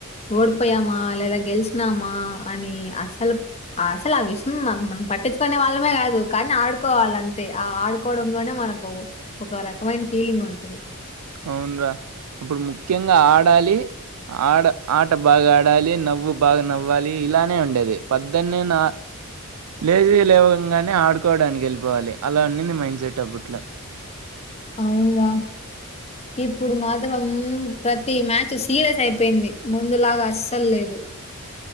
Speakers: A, on the left; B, on the right.
A: ఓడిపోయామా లేదా గెలిచినామా అని అసలు అసలు ఆ విషయం మనం పట్టించుకునే వాళ్ళమే కాదు కానీ ఆడుకోవాల అంతే ఆ ఆడుకోవడంలోనే మనకు ఒక రక రకమైన ఫీలింగ్ ఉంటుది
B: అవున్రా అప్పుడు ముఖ్యంగా ఆడాలి ఆడ ఆట బాగా ఆడాలి నవ్వు బాగా నవ్వాలి ఇలానే ఉండేది పద్దెనిని నా లేచి లేవంగానే ఆడుకోవడానికి వెళ్ళిపోవాలి అలా ఉన్నింది మైండ్ సెట్ అప్పుట్లో
A: అవున్ర ఇప్పుడు మాత్రం ప్రతి మ్యాచ్ సీరియస్ అయిపోయింది ముందులాగా అస్సలు లేదు